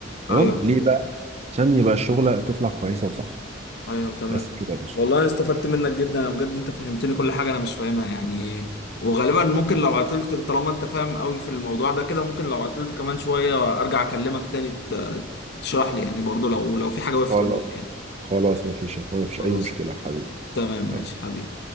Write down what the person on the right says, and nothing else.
تمام
ليه بقى عشان يبقى الشغلة تطلع كويسة وصح
بس كده يا باشا
خلاص
خلاص ما فيش ما فيش
أي مشكلة يا حبيبي
يلا.